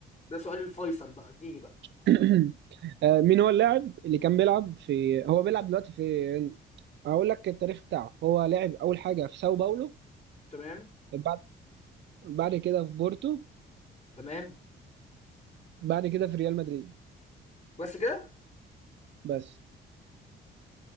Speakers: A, on the left; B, on the right.
A: ده سؤال الفيصل بقى اديني بقى
B: <clears throat> آه، مين هو اللاعب اللي كان بيلعب في هو بيلعب دلوقتي في اقول لك التاريخ بتاعه هو لعب اول حاجه في ساو باولو
A: تمام
B: بعد بعد كده في بورتو
A: تمام
B: بعد كده في ريال مدريد
A: بس كده
B: بس